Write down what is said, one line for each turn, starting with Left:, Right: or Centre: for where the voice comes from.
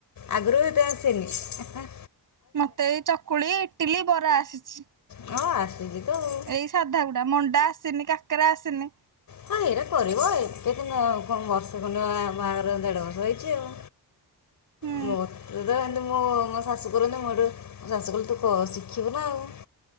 Left: ଆଗରୁ ହେଇଥି ପାଇଁ ଆସିନି।
Right: ମତେ ଏ ଚକୁଳି, ଇଟିଲି, ବରା ଆସିଚି।
Left: ହଁ, ଆସୁଚି ତ ଆଉ।
Right: ଏଇ ସାଧା ପିଠା ମଣ୍ଡା ଆସିନି। କା କାକରା ଆସିନି।
Left: ହଁ ଏଇଟା କରିବ ଏତେ କିନ୍ତୁ କଣ ବର୍ଷେ କ ନ ବାହାଘର ଦେଢ଼ ବର୍ଷ ହେଇଛି ଆଉ।
Right: ହୁଁ
Left: ମୋତେ ତ ଏତି ମୁଁ ମୋ ଶାଶୁ କରନ୍ତି ମୋ ଏଠୁ ମୋ ଶାଶୁ କହିଲେ ତୁ ଶିଖିବୁ ନା ଆଉ।